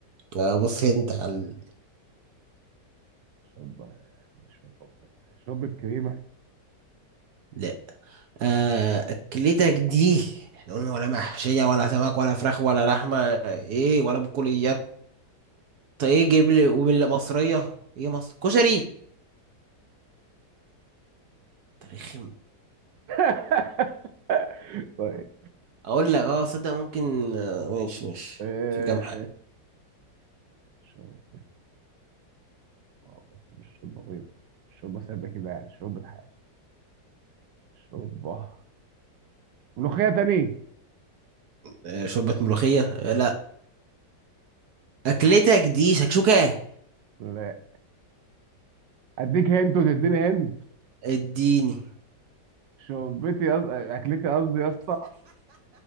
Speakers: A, on the right (about 65°); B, on the right (about 80°).
A: آه بص انت على ال-
B: شوربة يعني شوربة شوربة كريمة
A: لا آه أكلتك دي احنا قلنا ولا محشية ولا سمك ولا فراخ ولا لحمة ايه ولا بقوليات طيب، ايه جيب لي ومن مصرية ايه مصر كشري تاريخ
B: <laughs> طيب
A: اقول لك اه صدق ممكن آه، ماشي ماشي
B: آه،
A: في كام حاجه
B: شوربة شوربة شوربة بس مش شوربة بيضة شوربة سادة كده يعني شوربة حياتي شوربة ملوخية تاني
A: آه، شوربه ملوخيه آه، لا اكلتك دي شكشوكه
B: لا أديك هنت وتديني هنت
A: اديني
B: شوربتي يص... أكلتي قصدي يا اسطى